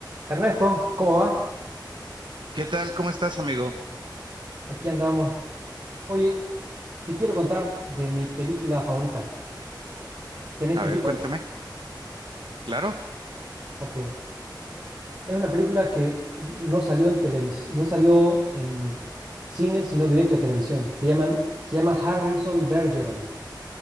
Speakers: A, on the right; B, on the right.
A: Ernesto, ¿cómo va?
B: ¿Qué tal? ¿Cómo estás, amigo?
A: Aquí andamos. Oye, te quiero contar de mi película favorita. ¿Tenés
B: A
A: tiempito?
B: ver, cuéntame. Claro.
A: Ok. Es una película que no salió en televisión, no salió en cine, sino directo a televisión. Se llaman, se llama Harrison Bergeron.